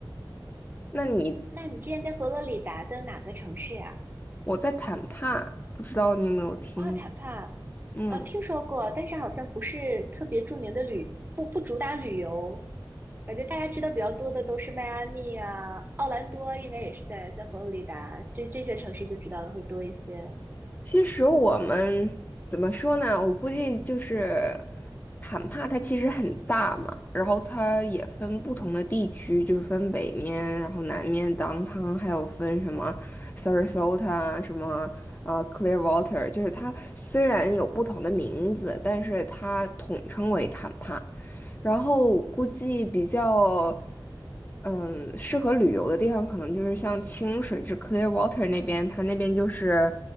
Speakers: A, on the left; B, on the right.
A: 那你？
B: 那你之前在佛罗里达的哪个城市呀？
A: 我在谈判，不知道你有没有听？
B: 阿坦帕，
A: 嗯，
B: 啊，听说过，但是好像不是特别著名的旅，不不主打旅游，感觉大家知道比较多的都是迈阿密啊、奥兰多，应该也是在在佛罗里达，这这些城市就知道的会多一些。
A: 其实我们怎么说呢？我估计就是坦帕，它其实很大嘛，然后它也分不同的地区，就是分北面，然后南面 downtown，还有分什么 Sarasota，什么呃 Clearwater，就是它虽然有不同的名字，但是它统称为坦帕。然后估计比较，嗯，适合旅游的地方，可能就是像清水，就是 Clearwater 那边，它那边就是。